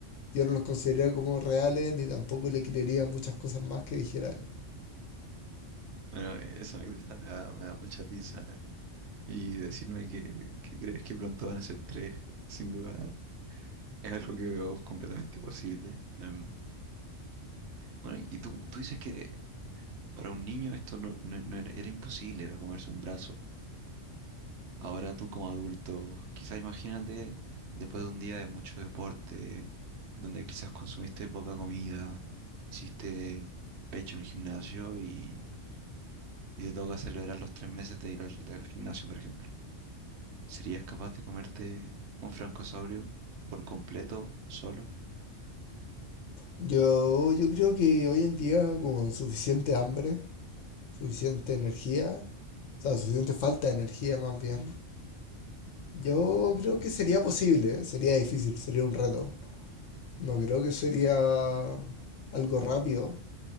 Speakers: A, on the left; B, on the right.
A: yo no los consideraría como reales ni tampoco le creería muchas cosas más que dijera él.
B: Bueno, esa anécdota me da, me da mucha risa. Y decirme que, que crees que pronto van a ser tres, sin duda, es algo que veo completamente posible. Em, bueno, y tú, tú dices que para un niño esto no, no- no era, era imposible, era comerse un brazo. Ahora tú como adulto, quizás imagínate después de un día de mucho deporte, donde quizás consumiste poca comida, hiciste pecho en el gimnasio y, y te toca celebrar los tres meses de ir al del gimnasio, por ejemplo. ¿Serías capaz de comerte un francosaurio por completo solo?
A: Yo, yo creo que hoy en día con suficiente hambre, suficiente energía, o sea, suficiente falta de energía más bien, yo creo que sería posible, ¿eh? sería difícil, sería un reto. No creo que sería algo rápido,